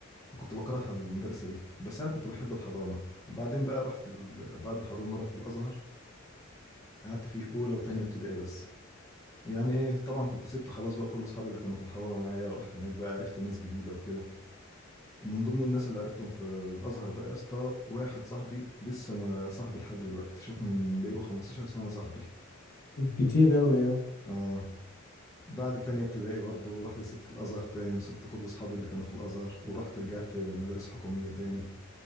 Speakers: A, on the left; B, on the left.
A: فكنت بكرهها المدرسة دي بس أنا كنت بحب الحضانة بعدين بقى رحت ال... بعد الحضانة رحت الأزهر قعدت فيه أولى وتانية ابتدائي بس يعني إيه طبعا كنت سبت خلاص بقى كل أصحابي اللي كانوا في الحضانة معايا ورحت هناك بقى عرفت ناس جديدة وكده من ضمن الناس اللي عرفتهم في الأزهر بقى يا اسطى واحد صاحبي لسه ما- صاحبي لحد دلوقتي شوف من بقاله 15 سنة صاحبي
B: كتير أوي ده
A: اه بعد تانية ابتدائي برضه رحت سبت الأزهر تاني وسبت كل أصحابي اللي كانوا في الأزهر ورحت رجعت مدارس حكومية تاني